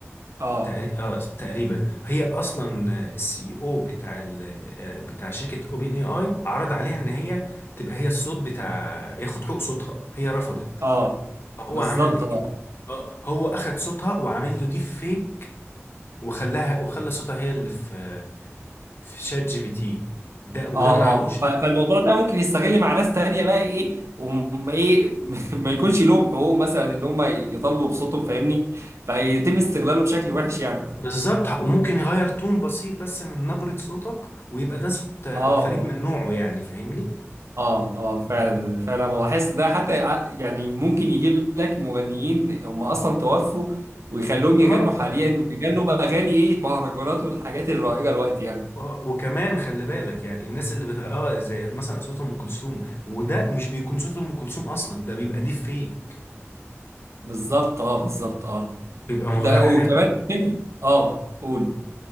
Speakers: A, on the right (about 65°); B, on the left (about 50°).
A: اه
B: تقريبا اه آه تقريبا هي اصلا السي او بتاع ال- آه، بتاع شركه اوبن اي اي عرض عليها ان هي تبقى هي الصوت بتاع ياخد حقوق صوتها هي رفضت
A: اه
B: هو
A: بالظبط
B: عمل ايه
A: اه
B: آه، هو اخد صوتها وعامل له ديب فيك وخلاها وخلى صوتها هي اللي في في شات جي بي تي ده وده
A: اه
B: معلوش
A: اه ف- فالموضوع ده ممكن يستغل مع ناس تانية بقى ايه وما ايه <laughs> ما يكونش لهم حقوق مثلا ان هم يطالبوا بصوتهم فاهمني فيتم استغلاله بشكل وحش يعني اه
B: بالظبط وممكن يغير تون بسيط بس من نبرة صوتك ويبقى ده صوت آه،
A: اه
B: فريد من نوعه يعني فاهمني
A: اه اه فعلا فعلا بحس ده حتى يع- يعني ممكن يجيب لك مغنيين هم اصلا توفوا ويخلوهم
B: اه
A: يغنوا حاليا ويغنوا باغاني ايه مهرجانات والحاجات الرائجة الوقت يعني
B: و- وكمان خلي بالك يعني الناس اللي بتغ... اه زي مثلا اصوات ام كلثوم وده مش بيكون صوت ام كلثوم اصلا ده بيبقى ديب فيك
A: بالظبط اه بالظبط اه
B: بيبقى مغير
A: ده
B: حاجات
A: وكمان اه قول